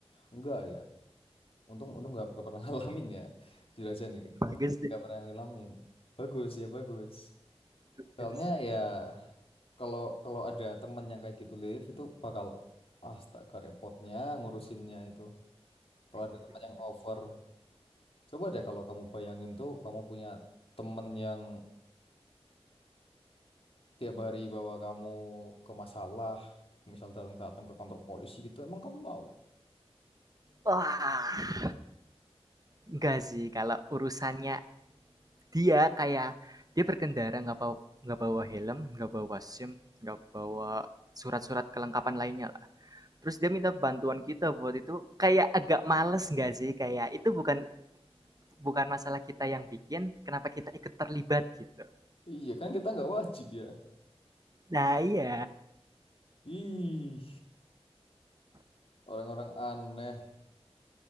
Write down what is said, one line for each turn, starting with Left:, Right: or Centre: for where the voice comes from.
Left: enggak ya Untung untung nggak nggak pernah <laughs> ngalamin ya, jujur aja nih.
Right: Bagus
Left: Untung nggak
Right: deh,
Left: nggak pernah ngalamin. Bagus ya bagus.
Right: bagus.
Left: Soalnya ya kalau kalau ada teman yang kayak gitu live itu bakal astaga repotnya ngurusinnya itu. Kalau ada teman yang over, coba deh kalau kamu bayangin tuh kamu punya temen yang tiap hari bawa kamu ke masalah, misal datang datang ke kantor polisi gitu, emang kamu mau?
Right: Wah, enggak sih kalau urusannya dia kayak dia berkendara nggak bawa nggak bawa helm, nggak bawa SIM, nggak bawa surat-surat kelengkapan lainnya lah. Terus dia minta bantuan kita buat itu kayak agak males nggak sih? Kayak itu bukan bukan masalah kita yang bikin, kenapa kita ikut terlibat gitu.
Left: Iya kan kita nggak wajib ya.
Right: Nah iya,
Left: Ih, orang-orang aneh.